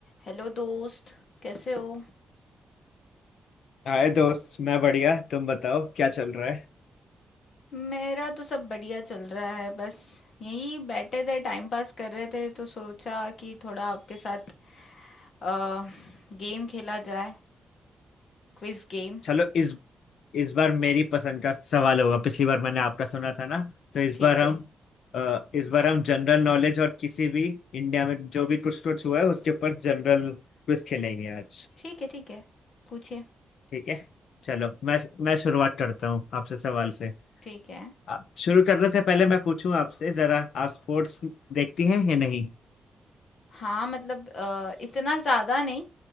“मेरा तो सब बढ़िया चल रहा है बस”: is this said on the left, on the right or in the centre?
Left